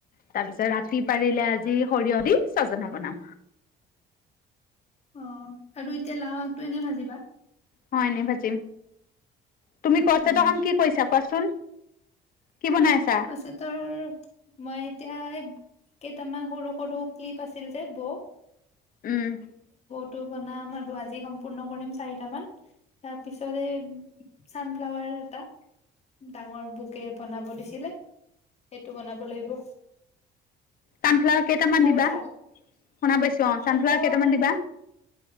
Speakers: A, on the left (about 50°); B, on the left (about 35°).
A: তাৰ পিছত ৰাতি পাৰিলে আজি সৰিয়হ দি ছজনা বনাম
B: অ আৰু এতিয়া লাও আগটো এনে ভাজিবা
A: হয় এনে বাজিম তুমি কছ তিতাখন
B: উম।
A: কি কৰিছা কোৱাচোন কি বনাই আছা?
B: পাচে তাৰ ছেতৰ মই এতিয়া এই কেইটামান সৰু সৰু ক্লিপ আছিল যে বৌ
A: উম
B: ভাত টো বনাব আৰু সম্পূৰ্ণ কৰিব চাৰিটা মান তাৰ পিছত এই চানফ্ললায়াৰ এটা ডাঙৰ বোকে বনাবো দিছিলে সেইটো বনাব লাগিব
A: ছানফ্লাৱাৰ কেইটামান
B: শুনা
A: দিবা
B: পাইছা
A: শুনা পাইছো অ
B: চানফ্লাৱাৰ
A: ছানফ্লাৱাৰ কেইটামান দিবা